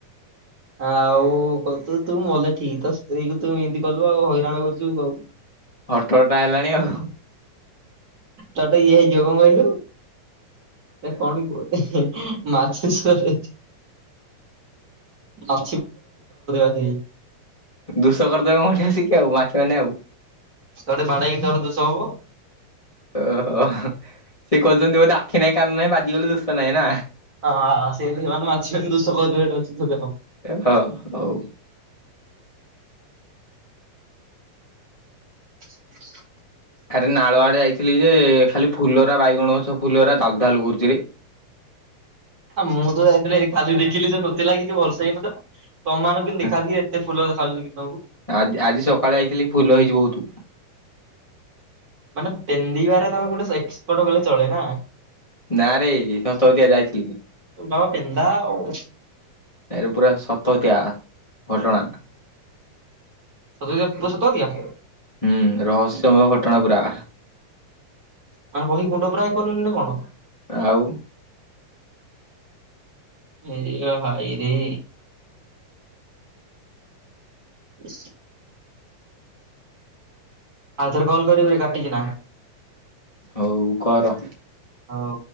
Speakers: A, on the right (about 30°); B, on the left (about 45°).
A: ଆଉ କହିଲୁ ତୁ ମଲେ ଠିକ ତ ତୋ ସ୍ତ୍ରୀ କୁ ଏମତି କଲୁ ଆଉ ହଇରାଣ କରୁଛୁ ଆଉ
B: ହଟ ହଟା ହେଲାଣି ଆଉ।
A: ତତେ ଇଏ ହେଇଯିବ କଣ କହିଲୁ? ଏ କଣ କୁ। <unintelligible> ମାଛି ମାନେ ଦୋଷ କରିଦେବେ ଆସିକି।
B: ଦୁସ କରିଦେବେ ମ ଏଠି ଆସିକି ଆଉ ମାଛି ମାନେ ଆଉ।
A: ତୋଠି ବାଡ଼ହେଇକି ତୋର ଦୋଷ ସ ହବ।
B: ଓହୋ ସିଏ କହୁଛନ୍ତି ବୋଧେ ଆାଖି ନାହିଁ କାନ ନାହିଁ ବାଜିଗଲେ ଦୋଷ ନାହିଁ ନା
A: ହଁ ସେମତି ଯୋଉମାନେ ମାଛିମାନେ ଦୁଷ କରିଦେବେ
B: ହଁ ହଉ।
A: <inaudible>
B: ଆରେ ନାଳ ଆଡେ ଯାଇଥିଲି ଯେ ଖାଲି ଫୁଲ ର ବାଇଗଣ ଗଛ ଫୁଲ ରା ଦାଲ ଦାଲୁ କରୁଛିରେ।
A: ମୁଁ ତ ଯାଇଥିଲି ଖାଲି ଦେଖିଲି ଯେ ନଥିଲା କିଛି ଭଲସେ ହେଇନଥିଲା। ତମମାନଙ୍କୁ କିନ୍ତୁ ଦେଖାଯାଉଛି
B: ଆ
A: ଏତେ ଫୁଲ ଦେଖାଯାଉଛି କି ତମକୁ।
B: ଆଜି ସକାଳେ ଯାଇଥିଲି ଫୁଲ ହେଇଛି ବହୁତ।
A: ମାନେ ପେନ୍ଦିବାରେ ତମେ ଗୋଟେ ଏକ୍ସପଟ କହିଲେ ଚଳେ ନା?
B: ନାରେ ସତସତିଆ ଯାଇଥିଲି।
A: ହଁ ପେନ୍ଦା ଉ।
B: ଆରେ ପୁରା ସତସତିଆ। ଘଟଣା।
A: ସତରେ କୁହ ସତ ସଟିକା
B: ହୁଁ ରହସ୍ୟମୟ ଘଟଣା ପୁରା।
A: ମାନେ ବହି ଗୁଣ୍ଡ ପୁରା କଲୁଣି ନା କଣ?
B: ଆଉ।
A: ଏ ଭାଲିଆ ଭାଇରେ। ଇସ୍ ଆଉ ଥରେ କଲ୍ କରିବି ରେ କାଟିକିନା।
B: ହଉ କର।
A: ହଉ।